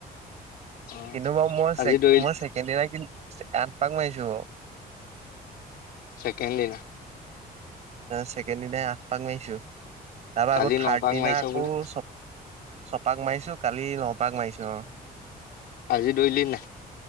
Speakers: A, on the left (about 80°); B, on the right (about 45°).
A: অ
B: কিন্তু বাৰু মই
A: আজি দৌৰিল
B: মইছেকেণ্ড দিনা। এ আঠপাক মাইছো
A: চেকেণ্ড দিনা।
B: ছেকেণ্ড দিনাই আঠ পাক মাৰিছো। তাৰপা
A: কালি
B: আকৌ থাৰ্ড
A: ন পাক
B: দিনা
A: মাৰিছে
B: আকৌ
A: বোলে
B: চব ছপাক মাৰিছো, কালি নপাক মাৰিছো অহ।
A: আজি দৰিলি নাই।